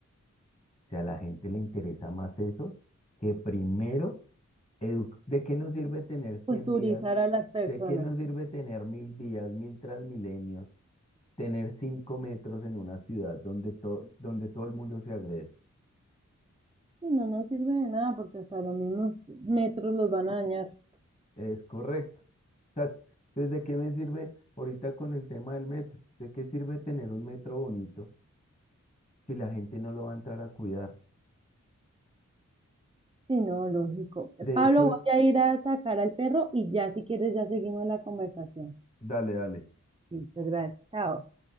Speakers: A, on the left (about 20°); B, on the right (about 20°).
A: sea, a la gente le interesa más eso que primero, edu- ¿de qué nos sirve tener 100
B: Culturizar
A: vías?
B: a las personas.
A: ¿De qué nos sirve tener mil vías, mil transmilenios, tener cinco metros en una ciudad donde, to- donde todo el mundo se agrede?
B: Sí, no nos sirve de nada porque hasta los mismos metros los van a dañar.
A: Es correcto. Tac. Entonces, ¿de qué me sirve ahorita con el tema del metro? ¿De qué sirve tener un metro bonito si la gente no lo va a entrar a cuidar?
B: Sí, no, lógico.
A: De
B: Pablo,
A: hecho,
B: voy
A: el-
B: a ir a sacar al perro y ya si quieres ya seguimos la conversación.
A: dale, dale.
B: Listo, gracias. Chao.